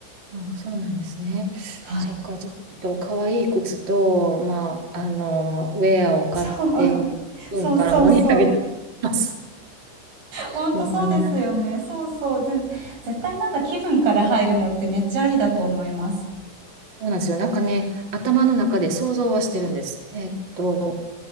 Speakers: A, on the right; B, on the right.
A: うんそうなんですね。
B: はい。
A: そっか、じゃあちょっと可愛い靴と、まあ、あの、ウェアを買って、
B: <laughs> そう。
A: うんから盛り上げてます。
B: そうそうそう。ほんとそうですよね。
A: うん
B: そうそう。ぜ絶対なんか気分から入るのってめっちゃありだと思います。
A: そうなんですよ。なんかね、頭の中で想像はしてるんです。えーっと、